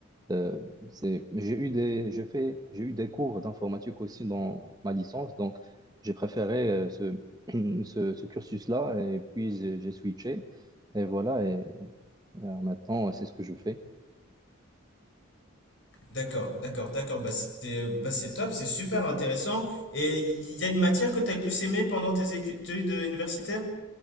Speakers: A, on the right; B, on the left.
A: Euh, c'est, j'ai eu des, j'ai fait, j'ai eu des cours d'informatique aussi dans ma licence, donc j'ai préféré euh, ce, <clears throat> ce, ce cursus-là et puis j'ai j'ai switché. Et voilà, et, euh, maintenant c'est ce que je fais.
B: D'accord, d'accord, d'accord. Bah, c'est bah, c'est top, c'est super intéressant. Et il y a une matière que tu as le plus aimée pendant tes études universitaires?